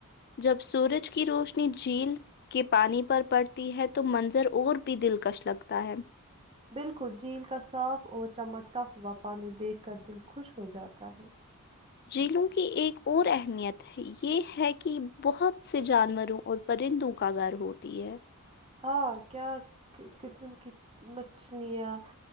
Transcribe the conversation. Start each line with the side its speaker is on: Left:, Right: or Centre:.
Left: جب سورج کی روشنی جھیل کے پانی پر پڑتی ہے تو منظر اور بھی دلکش لگتا ہے
Right: بالکل جھیل کا صاف اور چمک تھا تا ہوا پانی دیکھ کر دل خوش ہو جاتا ہے
Left: جیلوں کی ایک اور اہمیت ہے یہ ہے کہ بہت سے جانوروں اور پرندوں کا گھر ہوتی ہے
Right: ہاں کیا قسم کی مچھلیاں